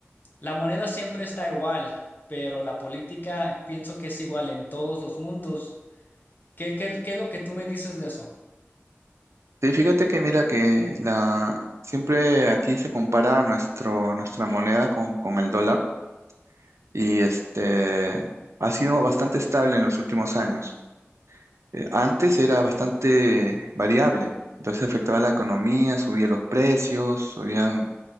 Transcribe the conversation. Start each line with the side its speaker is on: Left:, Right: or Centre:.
Left: La moneda siempre está igual, pero la política pienso que es igual en todos los mundos. ¿Qué, qué- qué es lo que tú me dices de eso?
Right: Sí, fíjate que mira que la, siempre aquí se compara nuestro, nuestra moneda con, con el dólar. y este ha sido bastante estable en los últimos años. Eh, antes era bastante variable, entonces afectaba la economía, subían los precios, subían